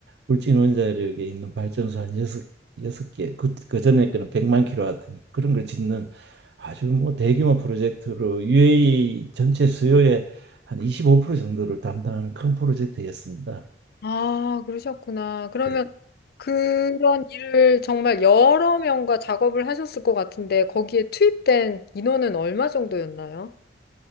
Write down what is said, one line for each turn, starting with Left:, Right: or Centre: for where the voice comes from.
Right: 울진 원자력에 있는 발전소 한 여섯 여섯 개, 그, 그 전에 거는 100만 킬로와트니까 그런 걸 짓는 아주 뭐 대규모 프로젝트로 UAE 전체 수요의 한 25% 정도를 담당하는 큰 프로젝트였습니다.
Left: 아, 그러셨구나. 그러면
Right: 네.
Left: 그런 일을 정말 여러 명과 작업을 하셨을 것 같은데 거기에 투입된 인원은 얼마 정도였나요?